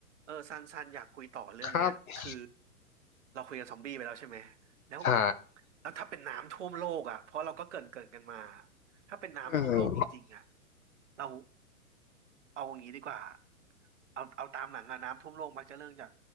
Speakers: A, on the right; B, on the left.
A: เออซันซันอยากคุยต่อเรื่องเนี้ยคือ
B: ครับ
A: เราคุยกันซอมบี้ไปแล้วใช่ไหมแล้ว
B: ใช่
A: แล้วถ้าเป็นน้ำท่วมโลกอ่ะเพราะเราก็เกรินเกรินกันมาถ้าเป็นน้ำท่วมโลกจริงๆอ่ะ
B: เออ
A: เราเอาอย่างนี้ดีกว่าเอาเอาตามหลังอะน้ำท่วมโลกมักจะเรื่องจาก